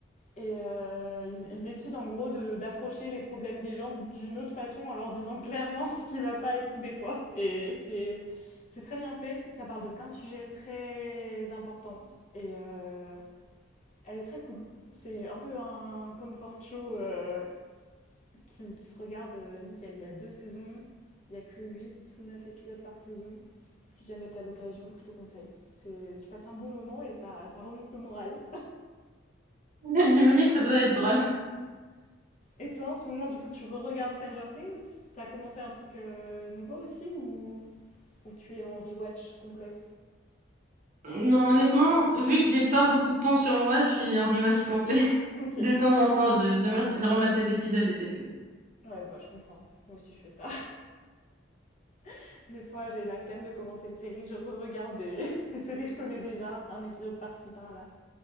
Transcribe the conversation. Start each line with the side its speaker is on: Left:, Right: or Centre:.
Left: Et euh, ils, ils décident en gros de- d'approcher les problèmes des gens d'une autre façon en leur disant clairement ce qui va pas et tout des fois. Et c'est c'est très bien fait. Ça parle de plein de sujets très importants. Et euh, elle est très cool. C'est un peu un comfort show euh, qui, qui se regarde euh, nickel. Il y a deux saisons. Il y a que 8 ou 9 épisodes par saison. Si jamais tu as l'occasion, je te conseille. C'est- Tu passes un bon moment et ça, ça remonte le moral.
Right: <laughs> J'imagine que ça doit être drôle.
Left: Et toi, en ce moment, du coup, tu re-regardes Stranger Things T'as commencé un truc euh, nouveau aussi ou... ou tu es en rewatch complet
Right: Non, honnêtement, vu que j'ai pas beaucoup de temps sur moi, je suis en rewatch complet. <laughs>
Left: <laughs> Ok.
Right: De temps en temps, je, je, mate- je remate des épisodes et c'est tout.
Left: Ouais, bah je comprends. Moi aussi, je fais ça. <laughs> Des fois, j'ai la flemme de commencer une série, je re-regarde des... <laughs> des séries que je connais déjà, un épisode par-ci, par-là.